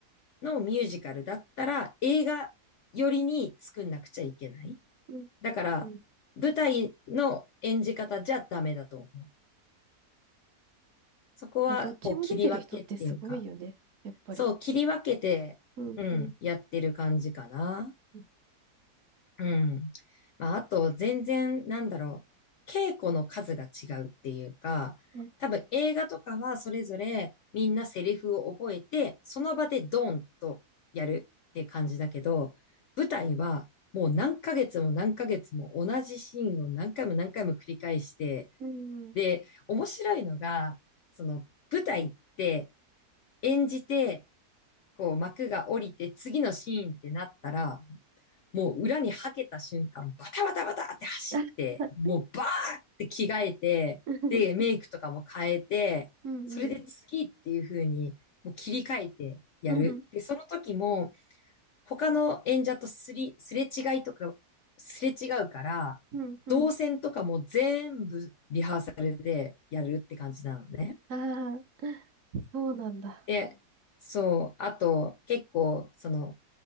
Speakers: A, on the left; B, on the right.
A: のミュージカルだったら、映画よりに作んなくちゃいけない。
B: うんうんうん。
A: だから、舞台の演じ方じゃダメだと思う。そこは、
B: あ、どっちも出てる人ってすごいよね。
A: こう、切り分けっていうか、
B: やっぱり。
A: そう、切り分けて、
B: うんうん
A: うん、やってる感じかな。
B: うん。
A: うん。まあ、あと、全然、なんだろう、稽古の数が違うっていうか、
B: あ
A: 多分映画とかはそれぞれみんなセリフを覚えて、その場でドンとやるっていう感じだけど、舞台はもう何ヶ月も何ヶ月も同じシーンを何回も何回も繰り返して、
B: うん
A: で、面白いのが、その舞台って演じて、こう幕が降りて次のシーンってなったら、もう裏にはけた瞬間、バタバタバタって走って、
B: <laughs>
A: もうバーって着替えて、
B: うん
A: で、メイクとかも変えて、
B: うん。
A: それで次っていう風に、もう切り替えてやる。
B: うんうん。
A: で、その時も、他の演者とすり、すれ違いとか、すれ違うから、
B: うんうん。
A: 動線とかも全部リハーサルでやるって感じなのね。
B: ああ、そうなんだ。
A: で、そう、あと、結構、その、